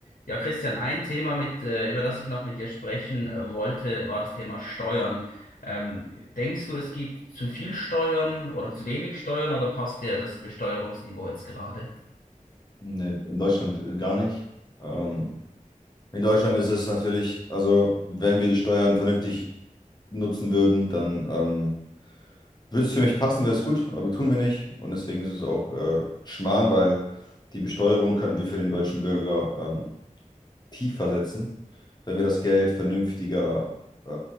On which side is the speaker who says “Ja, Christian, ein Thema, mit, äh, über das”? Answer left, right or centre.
Left